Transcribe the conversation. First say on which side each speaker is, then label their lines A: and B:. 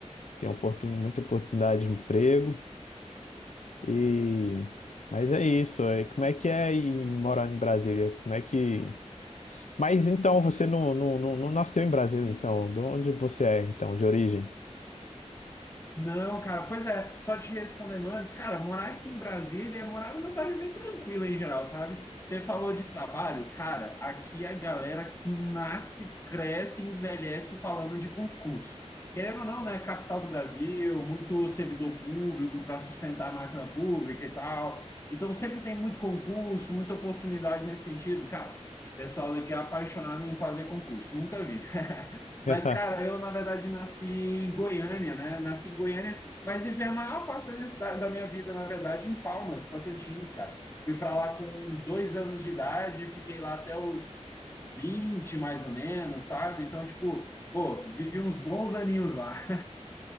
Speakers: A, on the left; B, on the left.
A: tem oportun, muita oportunidade de emprego e mas é isso, é, como é que é ir morar em Brasília? Como é que Mas então você não, não, não, não nasceu em Brasília então, de onde você é então, de origem?
B: Não, cara, pois é, só te respondendo antes, cara, morar aqui em Brasília é morar numa cidade bem tranquila em geral, sabe? Você falou de trabalho, cara, aqui a galera nasce, cresce, envelhece falando de concurso. Querendo ou não, né? Capital do Brasil, muito servidor público para sustentar a máquina pública e tal. Então sempre tem muito concurso, muita oportunidade nesse sentido, cara. O Pessoal daqui é apaixonado em fazer concurso, nunca vi. <laughs>
A: <laughs>
B: Mas, cara, eu, na verdade, nasci em Goiânia, né? Nasci em Goiânia, mas vivi a maior parte da minha, cidade- da minha vida, na verdade, em Palmas, Tocantins, cara. Fui para lá com dois anos de idade, fiquei lá até os 20 mais ou menos, sabe? Então, tipo, pô, vivi uns bons aninhos lá.